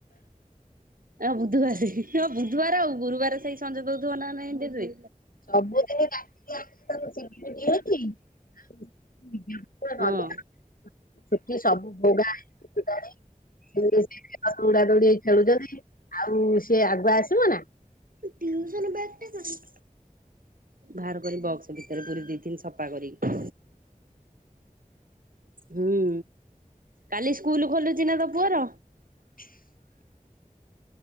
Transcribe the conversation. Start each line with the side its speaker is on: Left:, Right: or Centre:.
Right: ଆ ବୁଧବାର ହ ବୁଧବାର ଆଉ ଗୁରୁବାର ସେଇ। ସଞଜ ଦଉଥିବ ନା ନାହିଁ ଡେରିରେ।
Left: ସବୁଦିନେ ଡାକିକିଆଣୁ ତାକୁ ଚିଡିମିଡି ହେଉଚି।
Right: ହଁ
Left: ଆଉ <inaudible> ଛୁଟି ସବୁ ବୁଡା ହୋଇଗ ଲାଣି। ଦୌଡା ଦୌଡି ଖେଳୁଛନ୍ତି ଆଉ ସିଏ ଆଗୁଆ ଆସିବ ନା।
Right: ଟିଉସନ ବ୍ୟାଗ ଟା କୋଉ ଠୀ? ବାହାର କରି ବକ୍ସ ଭିତରେ ପୁରେଇଦେଇଥି ଦି ସଫା କରି କି। ହୁଁ କାଲି ସ୍କୁଲ ଖୋଲୁଛି ନା ତ ପୁଅର?
Left: <inaudible>